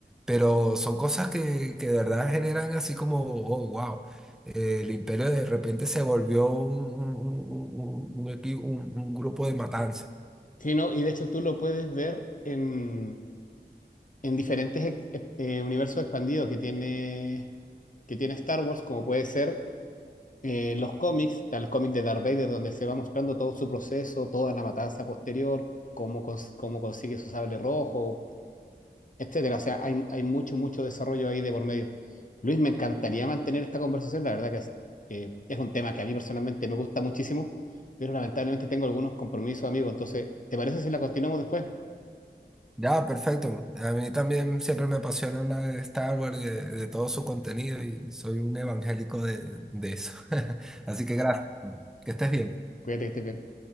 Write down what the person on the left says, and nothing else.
sí, no, y de hecho tú lo puedes ver en, en diferentes eh, universos expandidos que tiene, que tiene Star Wars, como puede ser eh, los cómics, está el cómic de Darth Vader donde se va mostrando todo su proceso, toda la matanza posterior, cómo, cons- cómo consigue su sable rojo, etcétera. O sea, hay, hay mucho, mucho desarrollo ahí de por medio. Luis, me encantaría mantener esta conversación, la verdad que es, eh, es un tema que a mí personalmente me gusta muchísimo, pero lamentablemente tengo algunos compromisos, amigo, entonces, ¿te parece si la continuamos después?
Cuídate que estés bien.